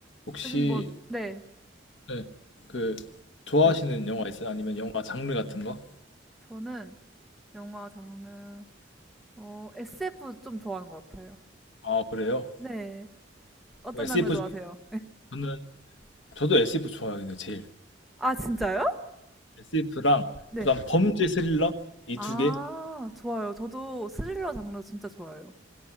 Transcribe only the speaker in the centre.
요즘 뭐, 네,
네.
저는 영화 장르, 어, SF 좀 좋아하는 것 같아요.
네. 어떤
장르 좋아하세요?
아, 진짜요?
네.
아,
좋아요. 저도 스릴러 장르 진짜 좋아해요.